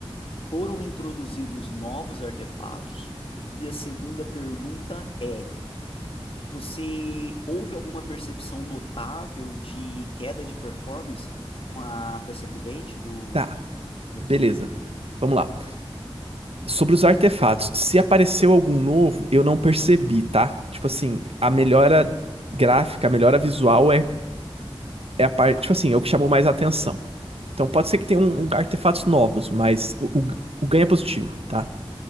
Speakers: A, on the left; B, on the right.
A: foram introduzidos novos artefatos? E a segunda pergunta é: você houve alguma percepção notável de queda de performance com a, com esse update do,
B: Tá,
A: do
B: beleza.
A: FrameJ?
B: Vamos lá. Sobre os artefatos, se apareceu algum novo, eu não percebi, tá? Tipo assim, a melhora gráfica, a melhora visual é, é a parte. Tipo assim, é o que chamou mais a atenção. Então, pode ser que tenha um, um- artefatos novos, mas o, o, o ganho é positivo, tá?